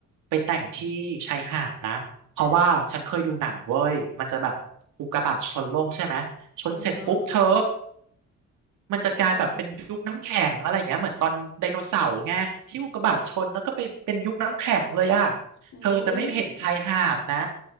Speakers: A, on the right; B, on the left.
A: ไปแต่งที่ชายหาดนะเพราะว่าฉันเคยดูหนังเว้ยมันจะแบบอุกกาบาตชนโลกใช่ไหมชนเสร็จปุ๊บเธอ
B: อือฮึ
A: มันจะกลายแบบเป็นยุคน้ำแข็งอะไรเงี้ยเหมือนตอนไดโนเสาร์ไงที่อุกกาบาตชนแล้วก็ไปเป็นยุคน้ำแข็งเลยอ่ะ
B: ยังไงอุ้ย
A: เธอจะไม่เห็นชายหาดนะ